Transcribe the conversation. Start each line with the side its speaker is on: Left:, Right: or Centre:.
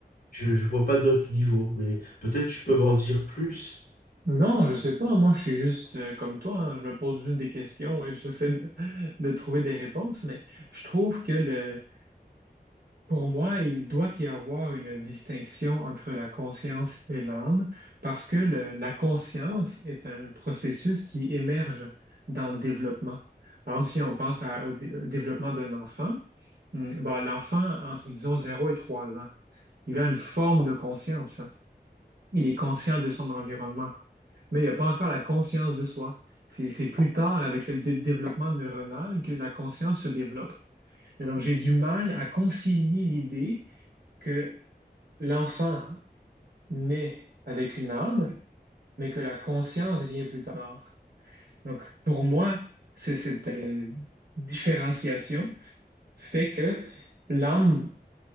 Left: je ne vois pas d'autres niveaux. Mais peut-être tu peux m'en dire plus.
Right: Non, je sais pas. Moi, je suis juste euh, comme toi. hein. Je me pose juste des questions et <laughs> j'essaie de, de trouver des réponses. Mais je trouve que le, Pour moi, il doit y avoir une distinction entre la conscience et l'âme parce que le- la conscience est un processus qui émerge dans le développement. Par exemple, si on pense à- au, dé- au développement d'un enfant, hum, bon, l'enfant, entre, disons, 0 et 3 ans, il a une forme de conscience. Il est conscient de son environnement, mais il n'y a pas encore la conscience de soi. C'est c'est plus tard, avec le dé- développement neuronal, que la conscience se développe. Et donc, j'ai du mal à concilier l'idée que l'enfant naît avec une âme, mais que la conscience vient plus tard. Donc, pour moi, c'est cette euh, différenciation fait que l'âme